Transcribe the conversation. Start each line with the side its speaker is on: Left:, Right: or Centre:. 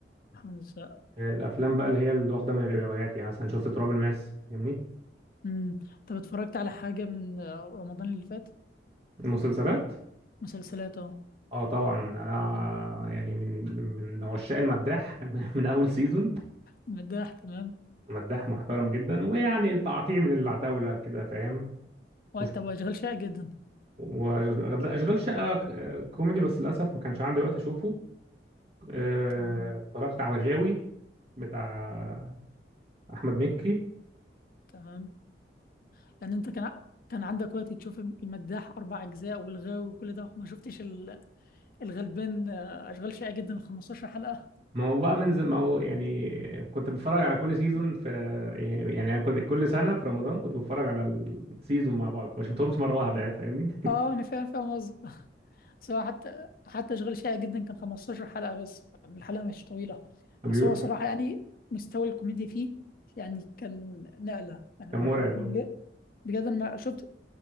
Left: الحمد لله
Right: آه، الافلام بقى اللي هي اللي واخده من الروايات يعني مثلا شفت تراب الماس فاهمني
Left: امم طب اتفرجت على حاجه من آه، رمضان اللي فات
Right: المسلسلات
Left: مسلسلات اه
Right: اه طبعا انا يعني من من عشاق المداح <laughs> من اول سيزون
Left: مداح تمام
Right: مداح محترم جدا ويعني تعطيه من العتاوله كده فاهم
Left: وقت
Right: وش-
Left: طب واشغال شائع جدا
Right: واشغال شقه ك- كوميدي بس للاسف ما كانش عندي وقت اشوفه آه،
Left: تمام
Right: اتفرجت على الغاوي بتاع احمد مكي
Left: تمام يعني انت كان كان عندك وقت تشوف المداح اربع اجزاء والغاوي وكل ده وما شفتش ال- الغلبان آه، اشغال شائعة جدا ال 15 حلقة
Right: ما هو بقى من زم... ما هو يعني كنت بتفرج على كل سيزون في يعني يعني أنا كنت كل سنة في رمضان كنت بتفرج على السيزون مع بعض ما شفتهمش مرة واحدة يعني فاهمني
Left: اه انا فاهم فاهم قصدك <laughs> بس هو حتى حتى اشغال شائع جدا كان 15 حلقة بس الحلقة مش طويلة
Right: كان
Left: بس
Right: بيقولوا
Left: هو صراحة يعني مستوى الكوميديا فيه يعني كان نقلة يعني
Right: كان
Left: ما-
Right: مرعب
Left: بجد
Right: أوي.
Left: بجد انا ما شفت